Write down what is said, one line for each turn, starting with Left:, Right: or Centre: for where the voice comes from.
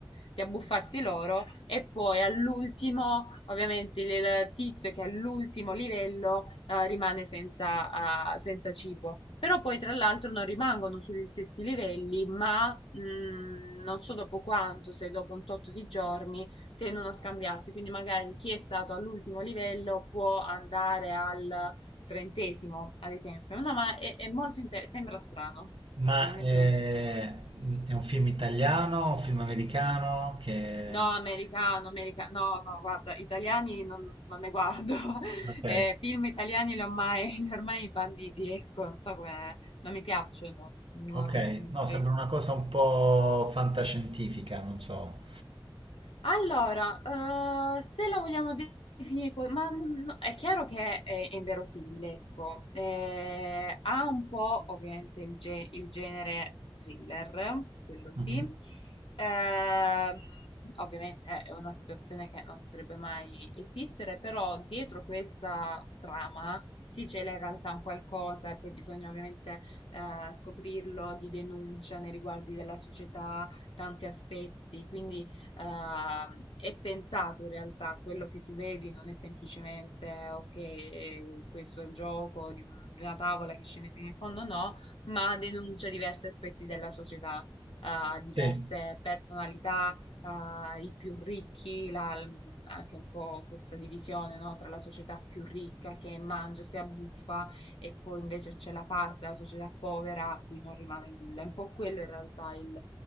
Left: di abbuffarsi loro e poi all'ultimo, ovviamente, il tizio che è all'ultimo livello eh, rimane senza, eh, senza cibo. Però poi tra l'altro non rimangono sugli stessi livelli, ma mh, non so dopo quanto, se dopo un tot di giorni, tendono a scambiarsi. Quindi magari chi è stato all'ultimo livello può andare al trentesimo, ad esempio. No, ma è, è molto interessante, sembra strano.
Right: Ma
Left: Probabilmente
Right: eh,
Left: ho detto,
Right: è un film italiano, un film americano che...
Left: no, americano, americano, no, no, guarda, italiani non, non ne guardo. <laughs>
Right: Ok,
Left: Eh, film italiani li ho mai, <laughs> li ho ormai banditi, ecco, non so come, non mi piacciono, non
Right: ok, no,
Left: credo.
Right: sembra una cosa un po' fantascientifica, non so.
Left: Allora, eh, se la vogliamo de- definire, co- ma n- no, è chiaro che è, è inverosimile, ecco, Eh, ha un po' ovviamente il, ge- il genere thriller, quello sì,
Right: Mhm.
Left: Ehm, ovviamente è una situazione che non potrebbe mai esistere, però dietro questa trama sì c'è in realtà un qualcosa e poi bisogna ovviamente eh, scoprirlo di denuncia nei riguardi della società, tanti aspetti, quindi ehm, è pensato in realtà, quello che tu vedi non è semplicemente ok, eh, questo è il gioco di, un- di una tavola che scende fino in fondo, no, ma denuncia diversi aspetti della società, eh, diverse
Right: Sì,
Left: personalità, eh, i più ricchi, la- anche un po' questa divisione, no, tra la società più ricca che mangia, si abbuffa e poi invece c'è la parte della società povera a cui non rimane nulla. È un po' quello in realtà il,